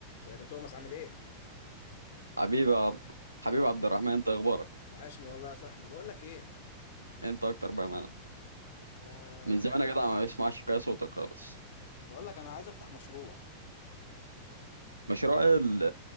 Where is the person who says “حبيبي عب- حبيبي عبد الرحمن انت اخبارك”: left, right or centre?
Right